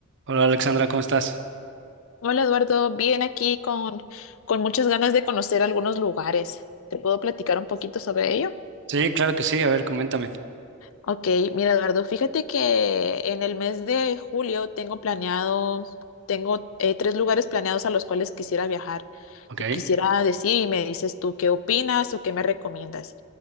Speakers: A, on the right; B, on the left.
A: Hola Alexandra, ¿cómo estás?
B: Hola Eduardo, bien aquí con, con muchas ganas de conocer algunos lugares. ¿Te puedo platicar un poquito sobre ello?
A: Sí, claro que sí, a ver, coméntame.
B: Ok, mira Eduardo, fíjate que en el mes de julio tengo planeado, tengo eh, tres lugares planeados a los cuales quisiera viajar.
A: Ok,
B: Te quisiera decir y me dices tú qué opinas o qué me recomiendas.